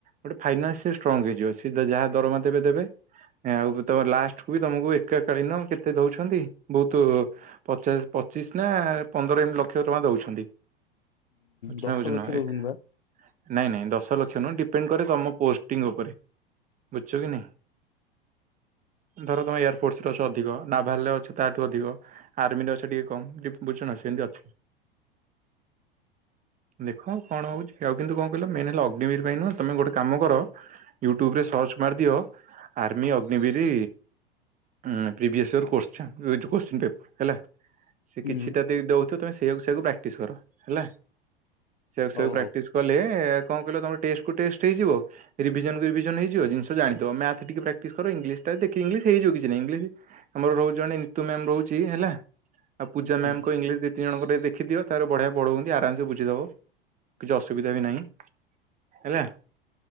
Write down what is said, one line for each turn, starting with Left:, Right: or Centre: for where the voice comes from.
Right: ଗୋଟେ ଫାଇନାନ୍ସି ଷ୍ଟ୍ରଙ୍ଗ ହେଇଯିବ ସି ଯାହା ଦରମା ଦେବେ ଦେବେ। ଆଉ ତମ ଲାଷ୍ଟକୁୁ ବି ତମକୁ ଏକ କଳୀନ କେତେ ଦଉଛନ୍ତି ବହୁତ। ପଚାଶ ପଚିଶ ନା ପନ୍ଦର ଲକ୍ଷ ଟଙ୍କା ଦଉଛନ୍ତି। ବ
Left: ଦଶ
Right: ବୁଝୁ
Left: ଲକ୍ଷ
Right: ନାଇଁ
Left: ଦଉଛନ୍ତି ବା
Right: ନାଇଁ ଦଶ ଲକ୍ଷ ନୁହଁ ଡିପେଣ୍ଡ କରେ ତମ ପୋସ୍ତିଂ ଉପରେ। ବୁଝଛୁ କି ନାହି। ଧର ତୁମେ ଏୟାରଫୋର୍ସରେ ଅଛ ଅଧିକ ନାଭାଲରେ ଅଛ ତାଠୁ ଅଧିକ। ଆର୍ମିରେ ଅଛ ଟିକେ କମ ବୁଝୁ ନ ସେ ଏମିତି ଅଛି। ଦେଖ କଣ ହଉଛି ଆଉ କିନ୍ତୁ କଣ କହିଲ ମେନ୍ ହେଲା ଅଗ୍ନିବିର ପାଇଁ ନୁହଁ ତମେ ଗୋଟେ କାମ କର। ୟୁଟ୍ୟୁବ୍ରରେ ସର୍ଚ୍ଚ ମାରିଦିଅ ଆର୍ମି ଅଗ୍ନିବିରି ଁ ପ୍ରିଭିୟସ୍ ୟର୍ କରଶଚ୍ଚଛ ଏଇଛି କୋଶ୍ଚନ୍ ପେପର୍ ହେଲା। ସେ
Left: ହୁଁ
Right: କିଛିଟା ଦେଇ ଦେଉଥ ତୁମେ ସେଇଆକୁ ସେଇଆକୁ ପ୍ରାକ୍ଟିସ କର ହେଲା ସେଇଆକୁ ସେକୁ
Left: ହଉ
Right: ପ୍ରାକ୍ଟିସ୍
Left: ହଉ
Right: କର। କଲେ କଣ କହିଲେ ତୁମର ଟେଷ୍ଟକୁ ଟେଷ୍ଟ ହେଇଯିବ। ରିଭିଜନ ରିଭିଜନଇଯ ଜିନିଷ ଜାଥିବ ମଥ ଟିକେ ପ୍ରାକ୍ଟିସ କର ଇଂଲିଶ ଟା ଦେଖ ଇଂଲିଶ ହେଇଯିବ କିଛି ନା ଂଲି ଆମର ରହୁ ଜଣେ ନିତୁ ମ୍ୟାାମ ରହୁଛି ହେଲା ଆଉ ପୂଜା
Left: ହୁଁ
Right: ମ୍ୟା କ ଇଂଶ? ତିନି ଜଣଙ୍କରିକ ଦେଖିଦିଅ ତାର ବଢ଼ିଆବା ପଢ଼ଉ ଆରାମସ ବୁଝିଦବ କିଛି ଅସୁବିଧା ବି ନାହିଁ। ହେଲା।